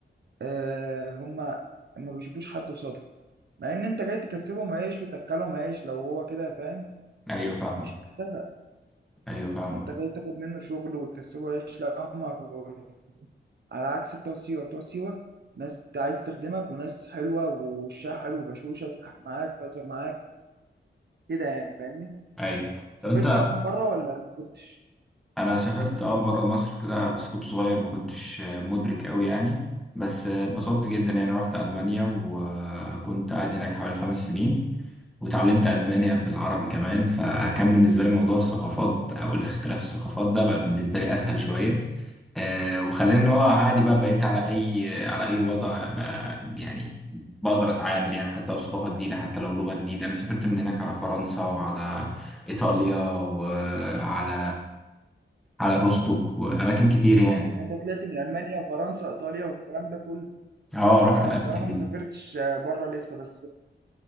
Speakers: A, on the right; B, in the centre.
A: آه هم ما بيشوفوش حد قصادك مع ان انت جاي تكسبهم عيش وتاكلهم عيش لو هو كده فاهم
B: ايوه فاهمك
A: مش هتشتغل
B: ايوه فاهمك
A: يعني انت جاي تاخد منه شغل وتكسبه عيش لا هم عفويين على عكس بتوع سيوه بتوع سيوه ناس انت عايز تخدمك وناس حلوه ووشها حلو وبشوشه وتضحك معاك تهزر معاك كده يعني فاهمني
B: ايوه
A: سافرت
B: لو انت
A: اصلا بره ولا ما سافرتش
B: انا سافرت اه بره مصر كده بس كنت صغير ما كنتش مدرك قوي يعني بس اتبسطت جدا يعني رحت المانيا وكنت قاعد هناك حوالي خمس سنين واتعلمت ألماني قبل العربي كمان فكان بالنسبة لي موضوع الثقافات أو الاختلاف الثقافات ده بقى بالنسبة لي أسهل شوية آه وخلاني إن هو عادي بقى بقيت على أي على أي وضع بقى يعني بقدر أتعامل يعني حتى لو ثقافة جديدة حتى لو لغة جديدة أنا سافرت من هناك على فرنسا وعلى إيطاليا وعلى على روستوك وأماكن كتير يعني
A: يعني انت طلعت من المانيا فرنسا ايطاليا والكلام ده كله
B: اه رحت
A: انا
B: الأماكن
A: الصراحه ما
B: دي
A: سافرتش بره لسه بس